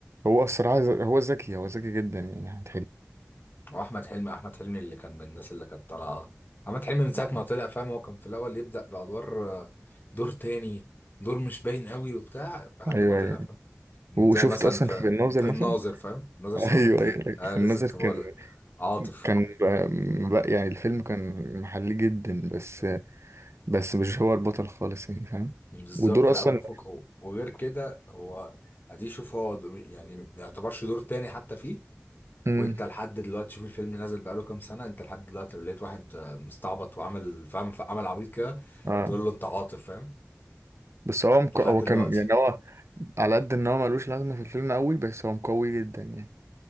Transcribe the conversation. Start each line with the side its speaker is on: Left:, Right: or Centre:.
Right: هو الصراحه ز- هو ذكي هو ذكي جدا يعني
Left: واحمد حلمي احمد حلمي اللي كان من الناس اللي كانت طالعه احمد حلمي من ساعه
Right: حلمي
Left: ما طلع فاهم هو كان في الاول يبدا بادوار آه، دور تاني دور مش باين قوي وبتاع لحد
Right: ايوه
Left: ما طلع
Right: ايوه
Left: فاهم زي
Right: وشفت
Left: مثلا
Right: اصلا
Left: في
Right: في الناظر
Left: في الناظر
Right: مثلا
Left: فاهم
Right: <laughs>
Left: ناظر صلاح
Right: ايوه
Left: الدين
Right: ايوه أيوة.
Left: انا
Right: في
Left: لسه
Right: الناظر
Left: كنت
Right: كان
Left: بقول لك عاطف
Right: كان بقى بقى يعني الفيلم كان محلي جدا بس بس مش هو البطل خالص يعني فاهم
Left: بالظبط
Right: ودور
Left: لا
Right: اصلا
Left: وفوق و- وغير كده هو ادي شوف هو د- يعني ما يعتبرش دور تاني حتى فيه
Right: امم
Left: وانت لحد دلوقتي شوف الفيلم نازل بقاله كام سنه انت لحد دلوقتي لقيت واحد آه، مستعبط وعمل فاهم عمل عبيط كده
Right: اه
Left: تقول له انت عاطف فاهم
Right: بس هو مك...
Left: لحد
Right: هو
Left: دلوقتي
Right: كان يعني هو على قد ان هو ملوش لازمه في الفيلم قوي بس هو مقوي جدا يعني